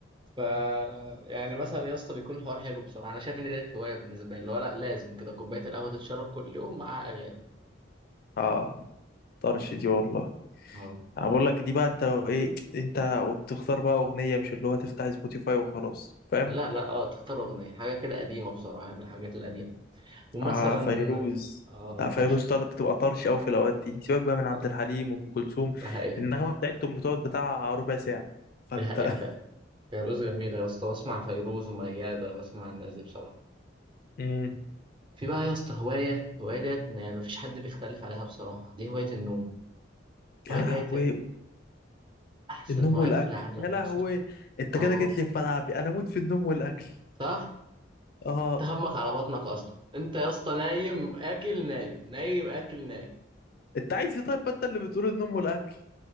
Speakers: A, on the right (about 25°); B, on the left (about 50°).
A: ف يعني مثلا يا اسطى بيكون الحوار حلو بصراحه انا شايف ان ديت هوايه بالنسبه لي اللي هو لا لازم كده كوبايه القهوه تتشرب كل يوم مع اغاني
B: اه طرش دي والله
A: اه
B: انا بقول لك دي بقى انت لو ايه انت وتختار بقى اغنية مش اللي هو تفتح سبوتيفاي وخلاص فاهم
A: لا لا اه تختار اغنيه حاجه كده قديمه بصراحه بحب الحاجات القديمه ومثلا
B: اه فيروز
A: اه
B: لا
A: يا باشا
B: فيروز طر... بتبقى طرش قوي في الاوقات دي سيبك بقى من عبد
A: اه
B: الحليم وام كلثوم
A: ده حقيقه
B: النغمة بتاعتهم بتقعد بتاع ربع ساعة فانت
A: ده حقيقه فعلا فيروز جميله يا اسطى بسمع فيروز ومياده بسمع الناس دي بصراحه
B: <laughs> امم
A: في بقى يا اسطى هوايه هوايه ديت ما فيش حد بيختلف عليها بصراحه دي هوايه النوم
B: يا
A: هوايه
B: لهوي
A: ديت احسن
B: النوم
A: هوايه
B: والاكل
A: في العالم
B: يا لهوي
A: يا اسطى
B: انت
A: اه
B: كده جيت لي في ملعبي انا اموت في النوم والاكل
A: صح
B: اه
A: تهمك على بطنك اصلا انت يا اسطى نايم اكل نايم نايم اكل نايم
B: انت عايز ايه طيب ما انت اللي بتقول النوم والاكل